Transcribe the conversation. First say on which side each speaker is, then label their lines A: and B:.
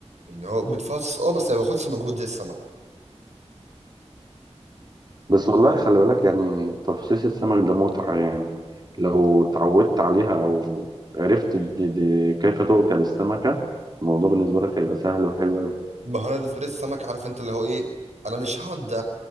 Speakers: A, on the right; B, on the right.
A: ان هو بيتفصص اه بس ما باخدش مجهود زي السمك
B: بس والله خلي بالك يعني تفصيص السمك ده متعة يعني لو اتعودت عليها او عرفت دي دي كيف تؤكل السمكة الموضوع بالنسبة لك هيبقى سهل وحلو أوي
A: ما هو انا بالنسبه لي السمك عارف انت اللي هو ايه انا مش هقعد أ-